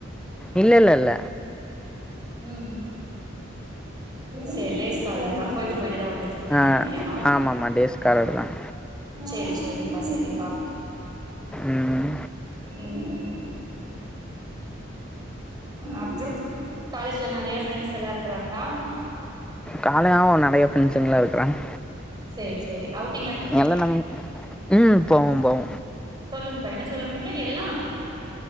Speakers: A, in the centre; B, on the right (about 20°).
A: இல்ல இல்ல இல்ல
B: ம் சேரி டேஸ்காலர் தா போயிட்டு போயிட்டு தா வந் துக்குட்றீங்க
A: ஆ
B: அப்டியா
A: ஆமாம்மா டேஸ் காலர் தான்
B: சேரி சேரிப்பா செரிப்பா
A: ம்
B: ம் அப்றோ காலேஜ்ல நெறைய ஃப்ரெண்ட்ஸ் எல்லா‌ இருக்குறாங்ளா
A: காலையாவோ நெறைய ஃப்ரெண்ஸ்சுங்கல்லா இருக்குறாங்க
B: சேரி சேரி அவுட்
A: எல்லா நம் ம் போவோ போவோ
B: சொல்லுங் பா என்ன சொல்ல வந்தீங்க எல்லா